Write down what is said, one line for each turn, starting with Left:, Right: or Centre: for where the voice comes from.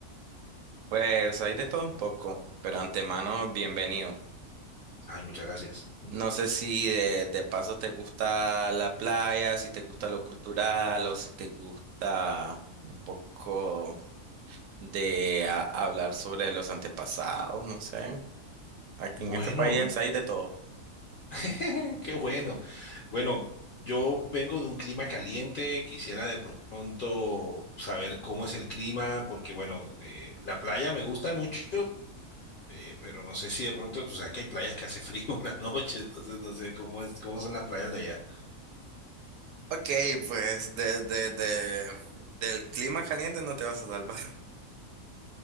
Right: Pues hay de todo un poco, pero antemano, bienvenido.
Left: Ay, muchas gracias.
Right: No sé si de, de paso te gusta la playa, si te gusta lo cultural o si te gusta un poco de a- hablar sobre los antepasados, no sé. Aquí
Left: Bueno,
Right: en este país hay de todo.
Left: <laughs> qué bueno. Bueno, yo vengo de un clima caliente, quisiera de pronto saber cómo es el clima, porque bueno, eh, la playa me gusta mucho, Eh, pero no sé si de pronto, tú sabes que hay playas que hace <laughs> frío en la noche, entonces no sé cómo es, cómo son las playas de allá.
Right: Ok, pues de, de, de, del clima caliente no te vas a salvar.